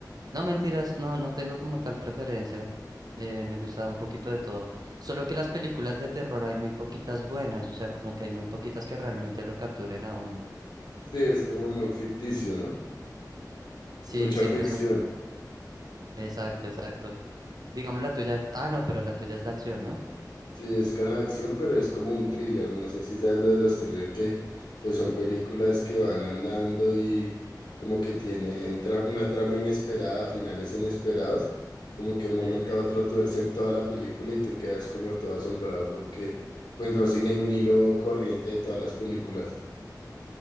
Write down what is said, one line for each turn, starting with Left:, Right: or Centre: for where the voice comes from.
Right: No, mentiras, no, no tengo como tal preferencia. Eh, me gusta un poquito de todo. Solo que las películas de terror hay muy poquitas buenas, o sea, como que hay muy poquitas que realmente lo capturen a uno.
Left: Sí, es como muy ficticio, ¿no?
Right: Sí,
Left: Mucha
Right: siempre
Left: ficción.
Right: son... co- Exacto, exacto. Digamos la tuya... Ah, no, pero la tuya es de acción, ¿no?
Left: Sí, es con acción, pero es como un thriller. No sé si sabes lo de los thrillers que pues son películas que van andando y como que tienen tra- una trama inesperada, finales inesperados, como que de un
Right: Sí.
Left: momento a otro tuercen toda la película y tú quedas como todo asombrado porque pues no siguen un hilo corriente de todas las películas.